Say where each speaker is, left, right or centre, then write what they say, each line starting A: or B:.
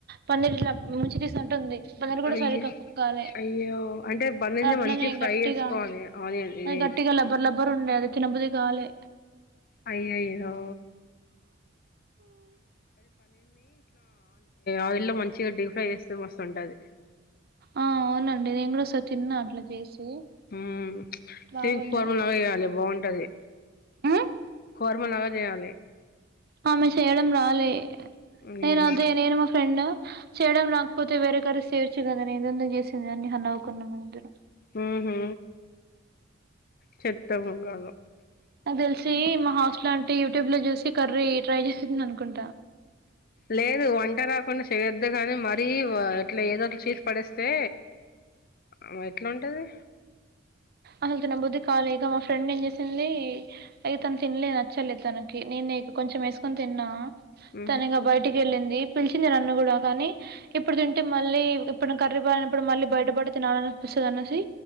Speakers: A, on the right; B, on the left.
A: పన్నీర్ ఇలా ముంచి తీస్నట్టుంది లివరు కూడా
B: అయ్యో
A: సరిగ్గా కుక్కాలే
B: అయ్యో అంటే పన్నీర్ని
A: అ అట్లనే
B: మంచిగా ఫ్రై
A: గట్టిగా
B: చేసుకోవాలి ఆనియన్ ఇది
A: అది గట్టిగా లబ్బర్ లబ్బర్ ఉండే అది తినబుద్ధి కాలే
B: అయ్యయ్యో ఆయిల్ లో మంచిగా డీఫ్రై చేస్తే మస్తుంటది
A: ఆ అవునండి నేను కూడా ఓసార్ తిన్నా అట్లా చేసి
B: ఉ
A: బాగుండే
B: సేమ్ కుర్మ లాగ్ చేయ్యాలి బాగుంటది
A: ఉమ్
B: కోర్మలాగా చేయాలి
A: ఆమె షేయడం రాలే
B: అయ్యో
A: నేను అదే నేను మా ఫ్రెండ్ చేయడం లేకపోతే వేరే కర చేయవచ్చు కదా నే ఇదెందుక్ చేసి చిన్నగా నవ్వుకున్నం మేమిద్దరం
B: ఉహు చెత్త మొకాలు
A: నాకు తెలిసి మా హాస్టల్ అంటే యూట్యూబ్ లో చూసి కర్రీ ట్రై చేసింది అనుకుంటా
B: లేదు వంట రాకున్నా చె చేయొద్దు గాని మరీ ఇట్లా ఏదోట్ల చేసి పడేస్తే అ ఎట్లుంటది
A: అసలు తిన బుద్ధి కాలేదు ఇంగ మా ఫ్రెండ్ ఏం చేసింది అది తన్ తినలే నచ్చలే తనకి నేను నీకు కొంచెం వేసుకొని తిన్నా
B: ఉ
A: తను ఇగా బయటికి వెళ్ళింది పిలిచింది నన్ను కూడా కానీ ఇప్పుడు తింటే మళ్ళీ ఇప్పుడు కర్రీపాయప్పుడు మళ్ళీ బయట పడతే నా అనుపి దు అనేసి